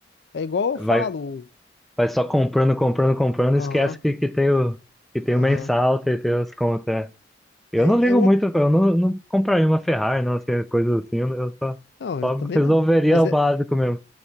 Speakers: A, on the left; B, in the centre.
A: É igual eu
B: Vai,
A: falo,
B: vai só comprando, comprando, comprando,
A: aham.
B: esquece que, que tem o, que tem
A: Aham.
B: o mensal, tem, tem as contas. é. Eu
A: É,
B: não ligo
A: é uma...
B: muito, eu não, não compraria uma Ferrari, não, assim, coisa assim, eu só,
A: Não, eu
B: só
A: também
B: resolveria
A: não. Mas
B: o
A: é,
B: básico mesmo.